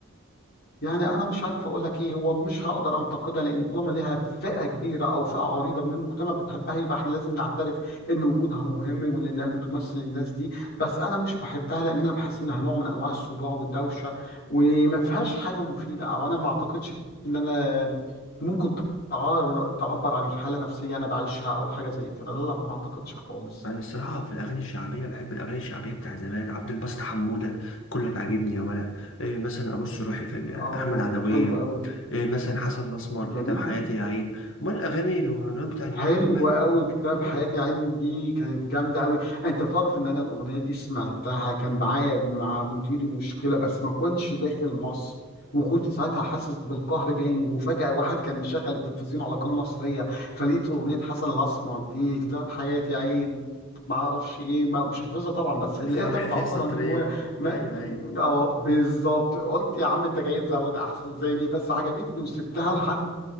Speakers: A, on the left; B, on the left.
A: يعني انا مش عارف اقول لك ايه هو مش هقدر انتقدها لان طالما ليها فئه كبيره او فئه عريضه من المجتمع بتحبها يبقى احنا لازم نعترف ان وجودها مهم وان انها بتمثل الناس دي بس انا مش بحبها لان انا بحس انها نوع من انواع الصداع والدوشه وما فيهاش حاجه مفيده او انا ما اعتقدش ان انا ممكن تعار- تعبر عن الحاله النفسيه انا بعيشها او حاجه زي كده لا لا ما اعتقدش خالص
B: انا الصراحه في الاغاني الشعبيه بحب الاغاني الشعبيه بتاع زمان عبد الباسط حموده كلك عاجبني يا ولا إيه مثلا ابص روحي في
A: اه
B: احمد عدويه
A: حلو قوي
B: إيه مثلا حسن الاسمر
A: جميل
B: كتاب حياتي يا عين امال الاغاني المهرجانات بتاع اليومين
A: حلو
B: دول مال
A: قوي كتاب
B: اه
A: حياتي عين دي كانت جامده قوي انت تعرف ان انا الاغنيه دي سمعتها كان معايا مع مديري مشكله بس ما كنتش داخل مصر وكنت ساعتها حاسس بالقهر جامد وفجأة واحد كان مشغل التلفزيون على قناة مصرية فلقيت أغنية حسن الأسمر دي كتاب حياتي يا عين ما اعرفش ايه ما مش حافظها طبعا بس
B: الفرح
A: لقيتها بتعبر
B: فيه سطرين
A: عن اللي جوايا ما-
B: ايوه ايوه
A: اه بالظبط قلت يا عم انت جاي تزود احسن زيني بس عجبتني وسبتها لحد